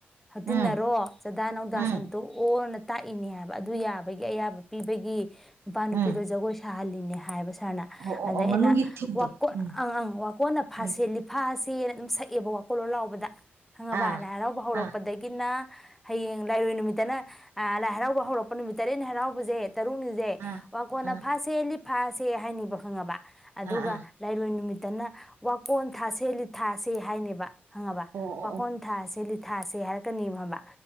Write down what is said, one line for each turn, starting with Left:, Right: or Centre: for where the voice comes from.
Centre: ꯍꯛꯇꯤꯟꯅꯔꯣ
Right: ꯎꯝ ꯎꯝ
Centre: ꯆꯥꯗꯥ ꯅꯧꯗꯥ
Right: ꯎꯝ ꯎꯝ
Centre: ꯁꯟꯇꯣꯛꯑꯣ ꯅ ꯇꯥꯛꯏꯅꯦ ꯍꯥꯏꯕ ꯑꯗꯨ ꯌꯥꯕꯒꯤ ꯑꯌꯥꯕ ꯄꯤꯕꯒꯤ ꯅꯨꯄꯥ ꯅꯨꯄꯤꯗꯨ
Right: ꯎꯝ
Centre: ꯖꯒꯣꯏ ꯊꯥꯍꯜꯂꯤꯅꯦ ꯍꯥꯏꯕ ꯁꯥꯔ ꯁꯥꯔꯅ
Right: ꯑꯣ ꯑꯣ
Centre: ꯑꯗꯩ
Right: ꯑꯣ
Centre: ꯑꯩꯅ
Right: ꯃꯅꯨꯡꯒꯤ ꯊꯤꯝꯗꯣ
Centre: ꯋꯥꯀꯣꯟ
Right: ꯎꯝ
Centre: ꯑꯪ ꯑꯪ ꯋꯥꯀꯣꯟꯅ ꯐꯥꯁꯤ
Right: ꯎꯝ
Centre: ꯂꯤꯐꯥꯁꯤ ꯇꯦꯔꯥ ꯑꯗꯨꯝ ꯁꯛꯑꯦꯕ ꯋꯥꯀꯣꯜꯂꯣ ꯂꯥꯎꯕꯗ ꯈꯪꯉꯕ
Right: ꯑꯥ
Centre: ꯂꯥꯏ ꯍꯔꯥꯎꯕ ꯍꯧꯔꯛꯄꯗꯒꯤꯅꯥ
Right: ꯑꯥ
Centre: ꯍꯌꯦꯡ ꯂꯥꯏꯔꯣꯏ ꯅꯨꯃꯤꯠꯇꯅ ꯑ ꯂꯥꯏ ꯍꯔꯥꯎꯕ ꯍꯧꯔꯛꯄ ꯅꯨꯃꯤꯠ ꯇꯔꯦꯠꯅꯤ ꯍꯔꯥꯎꯕꯖꯦ ꯇꯔꯨꯛꯅꯤꯖꯦ
Right: ꯑꯥ
Centre: ꯋꯥꯀꯣꯟꯅ
Right: ꯑꯥ
Centre: ꯐꯥꯁꯦ ꯂꯤ ꯐꯥꯁꯦ ꯍꯥꯏꯅꯤꯕ ꯈꯪꯉꯕ ꯑꯗꯨꯒ
Right: ꯑꯥ ꯑꯥ
Centre: ꯂꯩꯥꯏꯔꯣꯏ ꯅꯨꯃꯤꯠ ꯇꯅ ꯋꯥꯀꯣꯟ ꯊꯥꯁꯦ ꯂꯤꯠ ꯊꯥꯁꯦ ꯍꯥꯏꯅꯦꯕ ꯈꯪꯉꯕ
Right: ꯑꯣ ꯑꯣ
Centre: ꯋꯥꯈꯣꯟ
Right: ꯑꯣ
Centre: ꯊꯥꯁꯦ ꯂꯤꯠ ꯊꯥꯁꯦ ꯍꯥꯏꯔꯛꯀꯅꯤꯕ ꯈꯪꯉꯕꯥ